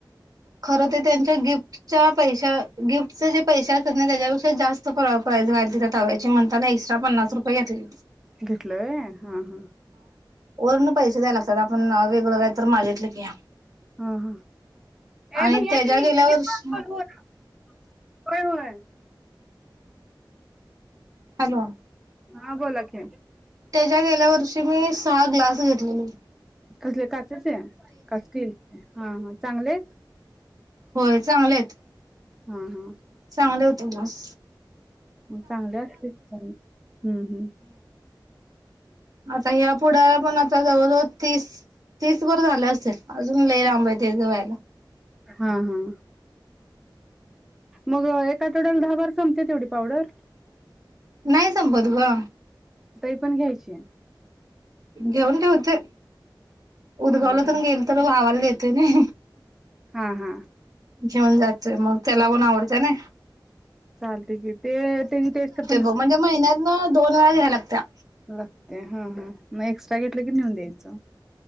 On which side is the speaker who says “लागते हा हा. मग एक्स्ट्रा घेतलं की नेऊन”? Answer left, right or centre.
Centre